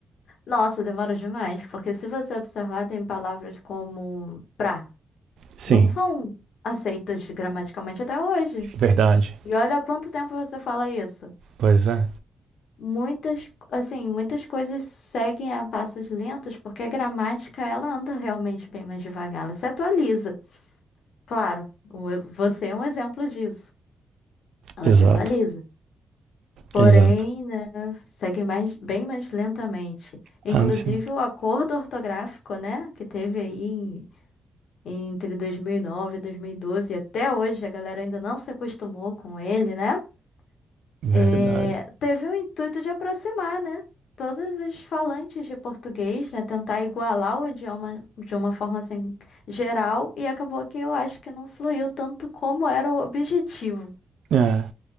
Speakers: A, on the left; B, on the right.
A: Nossa, demora demais, porque se você observar, tem palavras como pra.
B: Sim,
A: Não são aceitas gramaticalmente até hoje.
B: verdade.
A: E olha há quanto tempo você fala isso.
B: Pois é.
A: Muitas, assim, muitas coisas seguem a passos lentos, porque a gramática, ela anda realmente bem mais devagar, ela se atualiza. Claro, o- você é um exemplo disso. Ela
B: Exato,
A: se atualiza. Porém,
B: exato.
A: né, segue mais, bem mais lentamente. Inclusive,
B: Ah, sim.
A: o acordo ortográfico, né, que teve aí em- entre 2009 e 2012, e dois mil e doze, e até hoje a galera ainda não se acostumou com ele, né? é,
B: Verdade.
A: teve o intuito de aproximar, né? Todos os falantes de português, né? Tentar igualar o idioma de uma forma assim geral, e acabou que eu acho que não fluiu tanto como era o objetivo.
B: É,